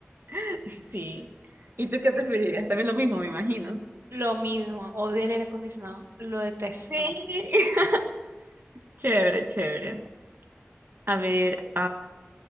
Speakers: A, on the right (about 50°); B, on the right (about 70°).
A: <laughs> Sí. ¿Y tú qué preferirías? También lo mismo, me imagino.
B: Lo mismo, odio el aire acondicionado, lo detesto.
A: Sí. <laughs> Chévere, chévere. A ver,